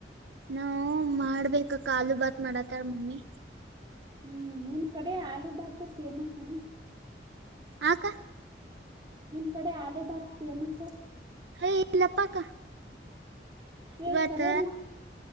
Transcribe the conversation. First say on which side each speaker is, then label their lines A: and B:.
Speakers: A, on the right (about 80°); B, on the right (about 25°).
A: ನಾವವು ಮಾಡ ಬೇಕ್ ಅಕ್ಕ ಆಲೂ ಭಾತ್ ಮಾಡತಾಳ ಮಮ್ಮಿ.
B: ಹ್ಮ್ ನಿಮ್ ಕಡೆ ಆಲೂ ಬಾತ್ ಫೇಮಸ್ ಅನು.
A: ಆ ಅಕ್ಕ.
B: ನಿಮ್ ಕಡೆ ಆಲೂ ಬಾತಾ ಫೇಮಸ್.
A: ಹೇ ಇಲ್ಲಪ್ಪಾ ಅಕ್ಕ.
B: ಏ
A: ಇವತ್ತ
B: ಕರೆ ನೀ